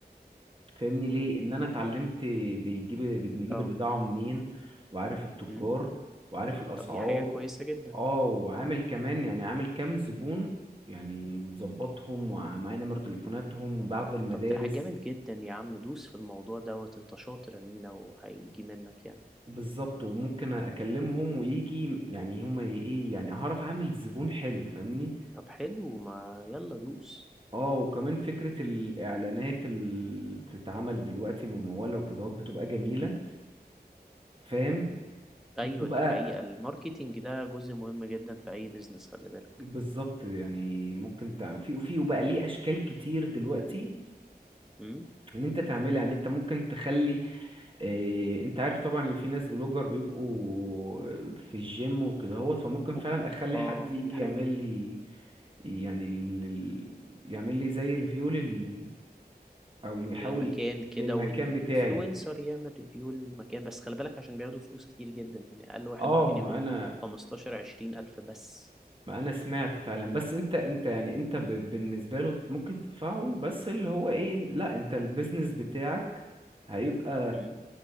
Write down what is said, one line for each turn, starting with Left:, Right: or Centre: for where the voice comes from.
Right: فاهمني ليه ان انا اتعلمت بيجيب بنجيب
Centre: اه
Right: البضاعه منين وعارف التجار
Centre: امم
Right: وعارف الاسعار
Centre: طب دي حاجة كويسة جدا
Right: اه وعامل كمان يعني عامل كام زبون يعني مظبطهم ومعايا نمر تليفوناتهم وبعض المدارس
Centre: طب ده حاجة جامد جدا يا عم دوس في الموضوع دوت انت شاطر يا مينا وهيجي منك يعني
Right: بالظبط وممكن اكلمهم ويجي يعني هما ايه يعني هعرف اعمل زبون حلو فاهمني
Centre: طب حلو ما يلا دوس
Right: اه وكمان فكرة الإعلانات اللي بتتعمل دلوقتي ممولة وكده بتبقى جميلة
Centre: مم.
Right: فاهم
Centre: اه. ايوه
Right: وبتبقى
Centre: دي حقيقة الماركتينج ده جزء مهم جدا في اي بيزنس خلي بالك
Right: بالظبط يعني ممكن تعمل في وفي وبقى ليه اشكال كتير دلوقتي
Centre: مم.
Right: ان انت تعملها يعني انت ممكن تخلي إيه انت عارف طبعا ان في ناس بلوجر بيبقوا في الجيم وكده هوت فممكن فعلا
Centre: و-
Right: اخلي
Centre: اه
Right: حد يجي
Centre: دي حقيقة
Right: يعمل لي يعني ال... ال- يعمل لي زي ريفيو لل او يحاول
Centre: للمكان كده
Right: للمكان
Centre: وان
Right: بتاعي
Centre: انفلونسر يعمل ريفيو للمكان بس خلي بالك عشان بياخدوا فلوس كتير جدا يعني اقل واحد
Right: اه
Centre: ممكن
Right: ما
Centre: ياخد
Right: انا
Centre: 15 20 الف بس
Right: ما انا سمعت فعلا بس انت انت يعني انت ب... بالنسبه له ممكن تدفعهم بس اللي هو ايه لا انت البيزنس بتاعك هيبقى
Centre: مم.